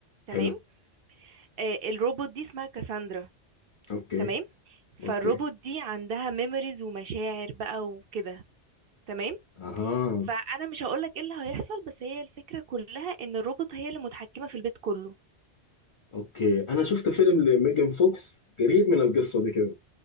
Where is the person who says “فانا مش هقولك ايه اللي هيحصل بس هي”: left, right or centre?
Right